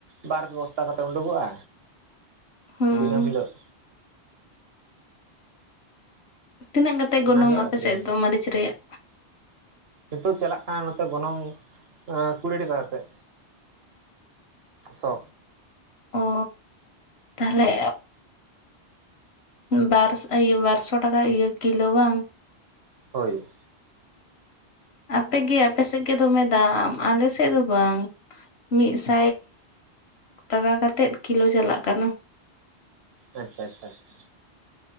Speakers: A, on the right; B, on the left.
A: ᱵᱟᱨ ᱯᱮ ᱵᱚᱥᱛᱟ ᱠᱟᱛᱮᱜ ᱩᱰᱩᱠᱚᱜᱼᱟ
B: ᱦᱩᱸ
A: ᱫᱤᱱᱟᱹᱢ ᱦᱤᱞᱟᱹᱜ
B: ᱛᱤᱱᱟᱹᱜ ᱠᱟᱛᱮ
A: ᱚᱱᱟᱜᱮ
B: ᱜᱚᱱᱚᱝ ᱟᱯᱮᱥᱮᱫ
A: ᱟᱠᱷᱨᱤᱧ ᱦᱩᱭᱩᱜ
B: ᱫᱚ ᱢᱟᱨᱟᱹᱨᱤᱪ ᱨᱮᱭᱟᱜ?
A: ᱱᱤᱛᱚᱜ ᱪᱟᱞᱟᱜ ᱠᱟᱱᱟ ᱱᱚᱛᱮ ᱜᱚᱱᱚᱝ ᱠᱩᱲᱤ ᱴᱟᱠᱟ ᱠᱟᱛᱮᱜ ᱡᱚ
B: ᱚ ᱛᱟᱦᱚᱞᱮ ᱵᱟᱨᱥ ᱤᱭᱟᱹ ᱵᱟᱨᱥᱚ ᱴᱟᱠᱟ ᱤᱭᱟᱹ ᱠᱤᱞᱳ ᱵᱟᱝ?
A: ᱦᱳᱭ
B: ᱟᱯᱮᱜᱮ ᱟᱯᱮᱥᱮᱫ ᱜᱮ ᱫᱚᱢᱮ ᱫᱟᱢ ᱟᱞᱮ ᱥᱮᱫ ᱫᱚ ᱵᱟᱝ ᱢᱤᱫᱥᱟᱭ ᱴᱟᱠᱟ ᱠᱟᱛᱮᱫ ᱠᱤᱞᱳ ᱪᱟᱞᱟᱜ ᱠᱟᱱᱟ᱾
A: ᱟᱪᱪᱷᱟ ᱟᱪᱷᱟ ᱟᱪᱷᱟ